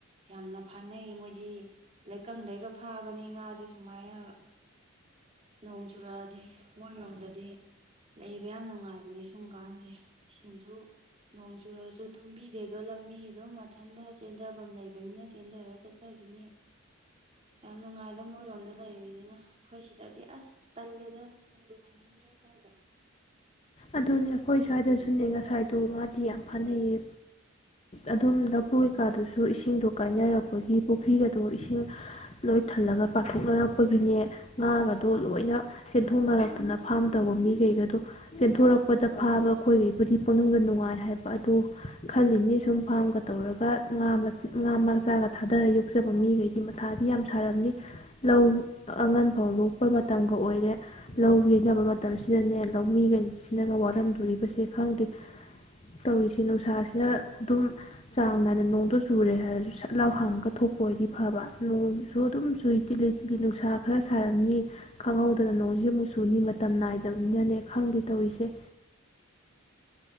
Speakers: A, on the right; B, on the left.
A: ꯌꯥꯝꯅ ꯐꯥꯅꯩ ꯃꯣꯏꯗꯤ ꯂꯩꯀꯪꯗꯩꯒ ꯐꯥꯕꯅꯤ ꯉꯥꯁꯦ ꯁꯨꯃꯥꯏꯅ ꯅꯣꯡ ꯆꯨꯔꯛꯑꯗꯤ ꯃꯣꯏꯔꯣꯝꯗꯗꯤ ꯂꯩꯕ ꯌꯥꯝ ꯅꯨꯡꯉꯥꯏꯕꯅꯦ ꯁꯨꯝꯀꯥꯟꯁꯦ ꯏꯁꯤꯡꯁꯨ ꯅꯣꯡ ꯆꯨꯔꯁꯨ ꯊꯨꯝꯕꯤꯗꯦ ꯑꯗꯣ ꯂꯝꯕꯤ ꯑꯗꯨꯝ ꯃꯊꯟꯇ ꯆꯦꯟꯗꯐꯝ ꯂꯩꯕꯅꯤꯅ ꯆꯦꯟꯊꯔ ꯆꯠꯆꯈꯤꯅꯤ ꯌꯥꯝ ꯅꯨꯡꯉꯥꯏꯗ ꯃꯣꯏꯔꯣꯝꯗ ꯂꯩꯔꯤꯁꯤꯅ ꯑꯩꯈꯣꯏ ꯁꯤꯗꯗꯤ ꯑꯁ ꯇꯜꯂꯦꯗ ꯂꯩꯕꯨ ꯂꯩꯅꯤꯡꯗ꯭ꯔꯦ ꯁ꯭ꯋꯥꯏꯗ꯫
B: ꯑꯗꯨꯅꯦ ꯑꯩꯈꯣꯏ ꯁ꯭ꯋꯥꯏꯗꯁꯨꯅꯦ ꯉꯁꯥꯏꯗꯣ ꯉꯥꯗꯤ ꯌꯥꯝ ꯐꯅꯩꯌꯦ ꯑꯗꯨꯝ ꯂꯕꯨꯨ ꯀꯩꯀꯥꯗꯨꯁꯨ ꯏꯁꯤꯡꯗꯣ ꯀꯥꯏꯅꯔꯛꯄꯒꯤ ꯄꯨꯈ꯭ꯔꯤꯒꯗꯣ ꯏꯁꯤꯡ ꯂꯣꯏ ꯊꯜꯂꯒ ꯄꯥꯊꯣꯛꯅꯔꯛꯄꯒꯤꯅꯦ ꯉꯥꯒꯗꯣ ꯂꯣꯏꯅ ꯆꯦꯟꯊꯣꯛꯅꯔꯛꯇꯅ ꯐꯥꯝ ꯇꯧꯕ ꯃꯤ ꯀꯩꯒꯗꯣ ꯆꯦꯟꯊꯣꯔꯛꯄꯗ ꯐꯥꯕ ꯑꯩꯈꯣꯏꯒꯤꯕꯨꯗꯤ ꯄꯨꯛꯅꯤꯡꯗ ꯅꯨꯡꯉꯥꯏ ꯍꯥꯏ ꯑꯗꯨ ꯈꯜꯂꯤꯅꯤ ꯁꯨꯝ ꯐꯥꯝꯒ ꯇꯧꯔꯒ ꯉꯥ ꯉꯥ ꯃꯆꯥꯒ ꯊꯥꯗꯔ ꯌꯣꯛꯆꯕ ꯃꯤꯈꯩꯗꯤ ꯃꯊꯥꯗꯤ ꯌꯥꯝ ꯁꯥꯔꯝꯅꯤ ꯂꯧ ꯑꯉꯟ ꯐꯥꯎ ꯂꯣꯛꯄ ꯃꯇꯝꯒ ꯑꯣꯏꯔꯦ ꯂꯧ ꯌꯩꯅꯕ ꯃꯇꯝꯁꯤꯗꯅꯦ ꯂꯧꯃꯤꯈꯩ ꯁꯤꯅꯒ ꯋꯥꯔꯝꯗꯣꯔꯤꯕꯁꯦ ꯈꯪꯗꯦ ꯇꯧꯔꯤꯁꯦ ꯅꯨꯡꯁꯥꯁꯤꯅ ꯑꯗꯨꯝ ꯆꯥꯡ ꯅꯥꯏꯅ ꯅꯣꯡꯗꯣ ꯆꯨꯔꯦ ꯍꯥꯏꯔꯁꯨ ꯁꯠ ꯂꯥꯎ ꯍꯥꯡꯉꯒ ꯊꯣꯛꯄ ꯑꯣꯏꯗꯤ ꯐꯕ ꯅꯣꯡꯁꯨ ꯑꯗꯨꯝ ꯆꯨꯏ ꯆꯤꯂꯤ ꯆꯤꯂꯤ ꯅꯨꯡꯁꯥ ꯈꯔ ꯁꯥꯔꯝꯅꯤ ꯈꯪꯍꯧꯗꯅ ꯅꯣꯡꯁꯤ ꯑꯃꯨꯛ ꯆꯨꯅꯤ ꯃꯇꯝ ꯅꯥꯏꯗꯕꯅꯤꯅꯅꯦ ꯈꯪꯗꯦ ꯇꯧꯔꯤꯁꯦ